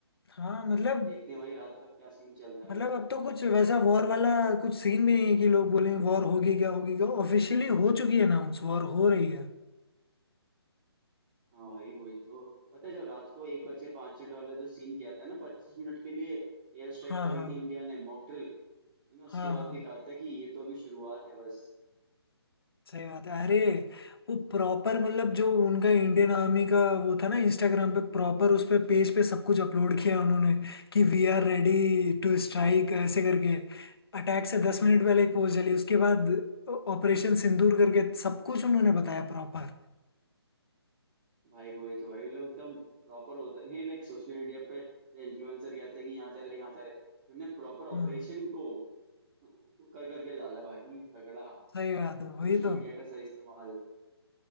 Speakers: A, on the left; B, on the right.
A: हाँ मतलब
B: देखते हैं भाई रात तक क्या सीन चलता है
A: मतलब अब तो कुछ वैसा वॉर वाला कुछ सीन भी नहीं है कि लोग बोलेंगे वॉर होगी क्या होगी क्या ऑफिशियली हो चुकी है अनाउंस वॉर हो रही है
B: हाँ भाई वही तो पता है जब रात को एक बज के पाँच मिनट वाला जो सीन किया था ना पच्चीस मिनट के लिए एयर स्ट्राइक
A: हाँ
B: करी
A: हाँ
B: थी इंडिया ने मॉक ड्रिल है ना उसके
A: हाँ
B: बाद
A: हाँ
B: भी कहा था कि ये तो अभी शुरुआत है बस
A: सही बात है अरे वो प्रॉपर मतलब जो उनका इंडियन आर्मी का वो था ना इंस्टाग्राम पे प्रॉपर उस पे पेज पे सब कुछ अपलोड किया उन्होंने कि we are ready to
B: भाई
A: strike ऐसे करके अटैक से दस मिनट पहले एक पोस्ट चली उसके बाद ऑपरेशन सिंदूर करके सब कुछ उन्होंने बताया प्रॉपर
B: भाई वही तो भाई मतलब एकदम प्रॉपर होता है। नहीं लाइक सोशल मीडिया पे इन्फ्लुएंसर कहते हैं कि यहाँ जा रहे यहाँ जा रहे उन्होंने प्रॉपर ऑपरेशन
A: हम्म
B: को को कर करके डाला है भाई तगड़ा
A: सही बात
B: सोशल
A: है वही तो
B: मीडिया का सही इस्तेमाल